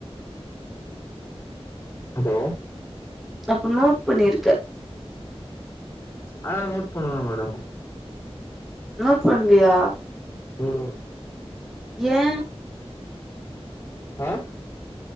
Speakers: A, on the left; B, in the centre.
A: ஹலோ
B: அப்ப நோட் பண்ணிருக்க
A: ஆனா நோட் பண்ணுவ மேடம்
B: நோட் பண்ணுவியா
A: ம்
B: ஏன்
A: அஹ்